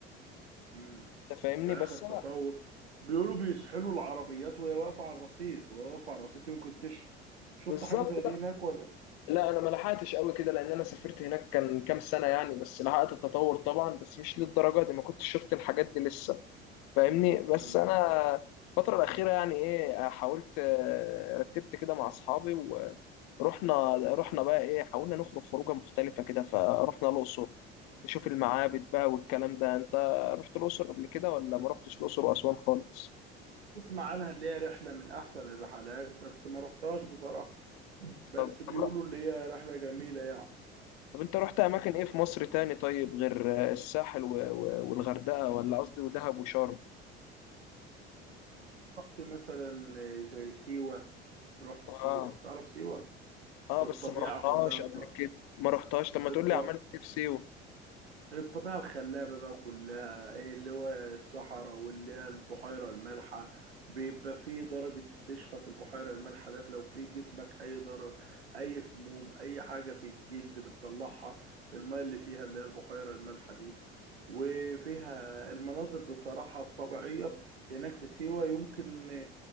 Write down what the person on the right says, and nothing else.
مم.
في اخر
تطور
بيقولوا بيشحنوا العربيات وهي واقفة على الرصيف وهي واقفة على الرصيف يمكن تشحن شفت
حاجة زي دي
هناك ولا
مم.
اسمع عنها اللي هي رحلة من أحسن الرحلات بس ما رحتهاش بصراحة بس
بيقولوا
اللي هي رحلة جميلة يعني
رحت مثلا زي سيوة رحت
سيوة تعرف سيوة
الطبيعة
كلها الط...
الط...
الطبيعة الخلابة بقى كلها إيه اللي هو الصحراء واللي هي البحيرة المالحة بيبقى فيه درجة استشفاء في البحيرة المالحة ديت لو في جسمك أي ضرر أي سموم أي حاجة في الجلد بتطلعها الماء اللي فيها اللي هي البحيرة المالحة دي وفيها المناظر بصراحة الطبيعية هناك في سيوة يمكن